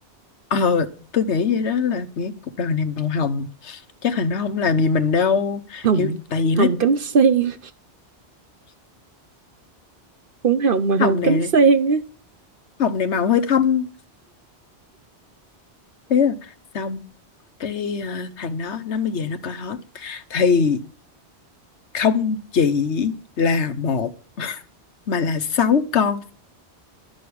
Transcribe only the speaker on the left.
ờ tôi nghĩ vậy đó là nghĩ cuộc đời này màu hồng chắc thằng đó không làm gì mình đâu
kiểu tại vì
nó
hồng này
hồng này màu hơi thâm thế là xong cái ờ, thằng đó nó mới về nó coi hết thì không chỉ là một mà là sáu con